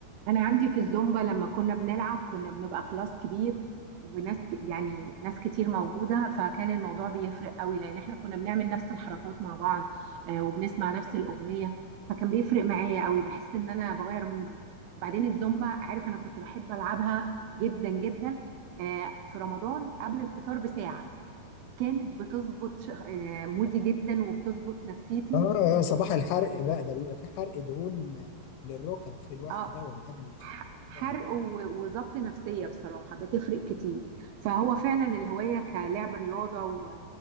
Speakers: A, on the right; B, on the left.
A: انا عندي في الزومبا لما كنا بنلعب كنا بنبقى كلاس كبير وناس ك- يعني ناس كتير موجوده فكان الموضوع بيفرق قوي لان احنا كنا بنعمل نفس الحركات مع بعض آه، وبنسمع نفس الاغنيه فكان بيفرق معايا قوي بحس ان انا بغير مودي وبعدين الزومبا عارف انا كنت بحب العبها جدا جدا آه، في رمضان قبل الفطار بساعه كانت بتظبط ش- آه، مودي جدا وبتظبط نفسيتي
B: اه صباح الحرق بقى ده بيبقى في حرق دهون للركب في الوقت
A: اه
B: ده قبل الفطار.
A: ح- حرق و- وظبط نفسية بصراحة بتفرق كتير فهو فعلا الهواية كلعب رياضة و...